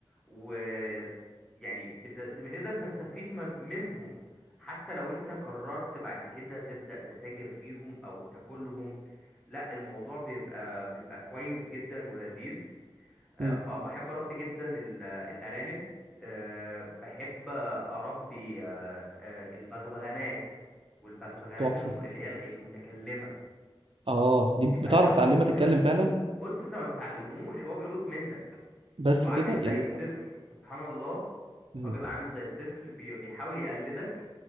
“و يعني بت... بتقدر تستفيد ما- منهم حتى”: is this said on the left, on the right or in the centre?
Centre